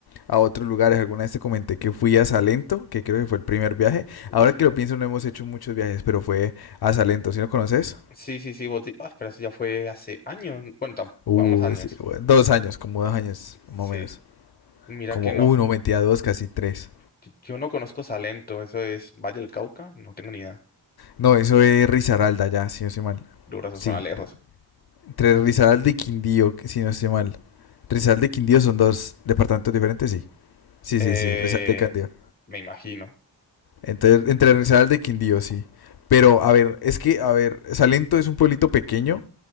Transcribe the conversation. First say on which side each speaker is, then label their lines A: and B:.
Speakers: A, on the left; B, on the left.
A: a otros lugares. Alguna vez te comenté que fui a Salento, que creo que fue el primer viaje.
B: Uf,
A: Ahora que lo pienso, no hemos hecho muchos viajes, pero fue a Salento, ¿sí lo conoces?
B: sí, sí, sí, vos di- Ah, pero eso ya fue hace años. Bueno, tam-
A: Uh,
B: bueno, unos años.
A: sí, bueno, dos años, como dos años,
B: Sí.
A: más o menos.
B: Mira
A: Como
B: que no.
A: uno, mentira, dos, casi tres.
B: Yo yo no conozco Salento. Eso es Valle del Cauca. No tengo ni idea.
A: No, eso es Risaralda ya, si no soy mal.
B: Duro, eso
A: Sí,
B: suena lejos.
A: Entre Rizal de Quindío, que si no estoy mal. Rizal de Quindío son dos departamentos diferentes, sí. Sí,
B: Eh,
A: sí, sí, Rizal de Quindío.
B: me imagino.
A: Entonces entre Rizal de Quindío, sí. Pero, a ver, es que, a ver, Salento es un pueblito pequeño,